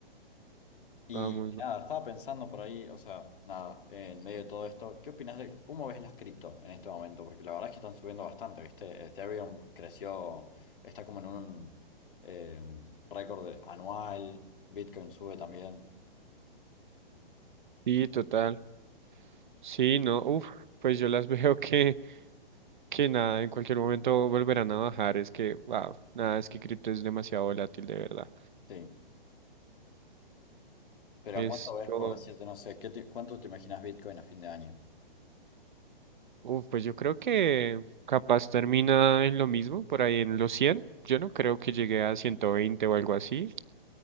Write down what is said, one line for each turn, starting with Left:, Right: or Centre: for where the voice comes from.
Left: Y
Right: Vamos. va-
Left: nada, estaba pensando por ahí, o sea, nada, eh, en medio de todo esto, ¿qué opinas de cómo ves las cripto en este momento? Porque la verdad es que están subiendo bastante, ¿viste? Ethereum creció, está como en un eh, récord de- anual, Bitcoin sube también,
Right: Sí, total. Sí, no, uf, pues yo las <laughs> veo que, que nada, en cualquier momento volverán a bajar. Es que, wow, nada, es que cripto es demasiado volátil, de verdad.
Left: sí. Pero
Right: Esto,
Left: ¿a cuánto ves, por decirte, no sé, ¿qué te- cuánto te imaginas Bitcoin a fin de año?
Right: uf, pues yo creo que capaz termina en lo mismo, por ahí en los 100. Yo no creo que llegue a 120 o algo así.